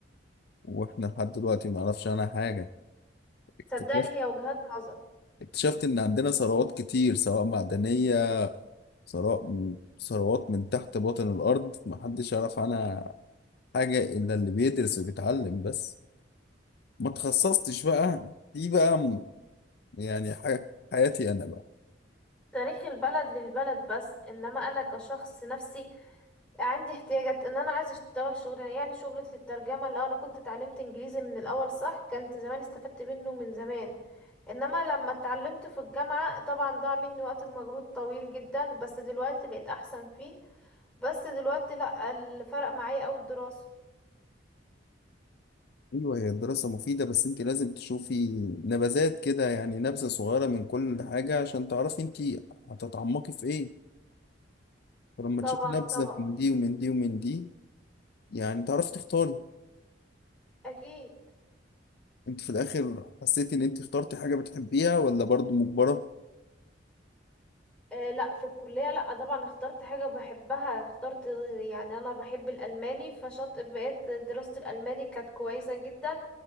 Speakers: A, on the left; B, in the centre.
A: واحنا لحد دلوقتي ما نعرفش عنها حاجة اكتشفت
B: صدقني هي وجهات نظر
A: اكتشفت ان عندنا ثروات كتير سواء معدنية ثراء ثروات من تحت باطن الارض ما حدش يعرف عنها حاجة الا اللي بيدرس وبيتعلم بس ما تخصصتش بقى دي بقى م- يعني ح- حياتي انا بقى
B: تاريخ البلد للبلد بس انما انا كشخص نفسي عندي احتياجات ان انا عايزه اشتغل شغل يعني شغلة الترجمة لو انا كنت اتعلمت انجليزي من الاول صح كنت زمان استفدت منه من زمان انما لما اتعلمت في الجامعة طبعا ضاع مني وقت ومجهود طويل جدا بس دلوقتي بقيت احسن فيه بس دلوقتي لا الفرق معايا اوي الدراسة
A: ايوه هي الدراسة مفيدة بس انت لازم تشوفي نبذات كده يعني نبذة صغيرة من كل حاجة عشان تعرفي انت هتتعمقي في ايه فلما
B: طبعا
A: تشوفي نبذة
B: طبعا
A: من دي ومن دي ومن دي يعني تعرفي تختاري
B: اكيد
A: انت في الاخر حسيتي ان انت اخترتي حاجة بتحبيها ولا برضو مجبرة
B: آه لا في الكلية لا طبعا اخترت حاجة بحبها اخترت يعني انا بحب الالماني فشط بقيت دراسة الالماني كانت كويسة جدا